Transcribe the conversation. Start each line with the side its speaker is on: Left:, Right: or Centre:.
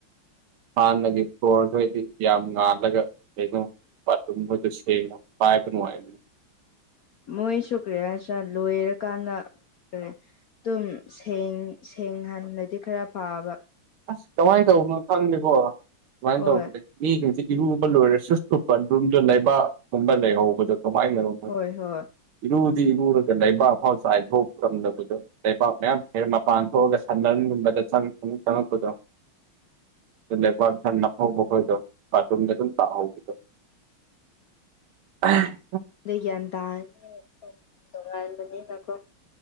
Right: ꯍꯥꯟꯅꯒꯤ ꯐꯣꯂꯣꯔ ꯍꯣꯏꯗꯤ ꯌꯥꯝ ꯉꯥꯜꯂꯒ ꯀꯩꯅꯣ ꯕꯥꯠꯔꯨꯝ ꯈꯣꯏꯗꯣ ꯁꯦꯡꯅ ꯄꯥꯏꯕ ꯅꯨꯡꯉꯥꯏꯕꯅꯤ
Left: ꯃꯣꯏꯁꯨꯨ ꯀꯔꯤ ꯍꯥꯏꯁꯤꯔꯥ ꯂꯣꯏꯔꯀꯥꯟꯗ ꯀꯩ ꯑꯗꯨꯨꯝ ꯁꯦꯡ ꯍꯟꯂꯗꯤ ꯈꯔ ꯐꯥꯕ
Right: ꯑꯁ ꯀꯃꯥꯏꯅ ꯇꯧꯕꯅꯣ ꯈꯪꯗꯦꯀꯣ ꯀꯃꯥꯏꯅ
Left: ꯍꯣꯏ
Right: ꯇꯧꯕꯅꯦ ꯃꯤꯁꯤꯡꯁꯤ ꯏꯔꯨꯕ ꯂꯣꯏꯔꯁꯨ ꯕꯥꯠꯔꯨꯝ ꯂꯩꯕꯥꯛꯒꯨꯝꯕ ꯂꯩꯍꯧꯕꯗꯣ ꯀꯃꯥꯏꯅꯅꯣ
Left: ꯍꯣꯏ ꯍꯣꯏ
Right: ꯏꯔꯨꯗꯤ ꯏꯔꯨꯔꯒ ꯂꯩꯕꯥꯛꯐꯥꯎ ꯆꯥꯏꯊꯣꯛꯔꯝꯗꯕꯗꯣ ꯂꯩꯄꯥꯛ ꯃꯌꯥꯝ ꯍꯦꯛ ꯃꯄꯥꯟ ꯊꯣꯛꯑꯒ ꯁꯟꯝꯗꯟꯒꯨꯝꯕꯗ ꯆꯪꯉꯛꯄꯗꯣ ꯂꯩꯕꯥꯛ ꯈꯔꯥ ꯅꯞꯍꯧꯕꯥ ꯈꯣꯏꯗꯣ ꯕꯥꯠꯔꯨꯝꯗ ꯑꯗꯨꯝ ꯇꯥꯛꯍꯧꯕ <unintelligible>
Left: ꯑꯩ ꯒ꯭ꯌꯥꯟ ꯇꯥꯏꯅꯦ ꯇꯣꯉꯥꯟ ꯇꯉꯥꯟꯕꯅꯤꯅꯀꯣ